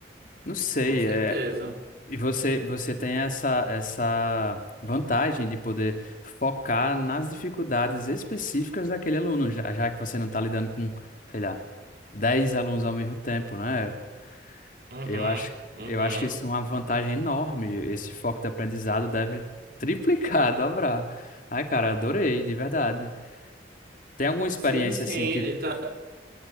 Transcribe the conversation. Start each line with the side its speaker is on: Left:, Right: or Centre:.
Left: não sei,
Right: com certeza.
Left: é... e você, você tem essa, essa vantagem de poder focar nas dificuldades específicas daquele aluno, já, já que você não está lidando com, sei lá, 10 alunos ao mesmo tempo, né?
Right: Uhum,
Left: Eu acho,
Right: uhum.
Left: eu acho que isso é uma vantagem enorme. Esse foco de aprendizado deve triplicar, <laughs> dobrar. Ai, cara, adorei, de verdade. Tem alguma experiência
Right: Sim, sim.
Left: assim
Right: ele
Left: que.
Right: tá-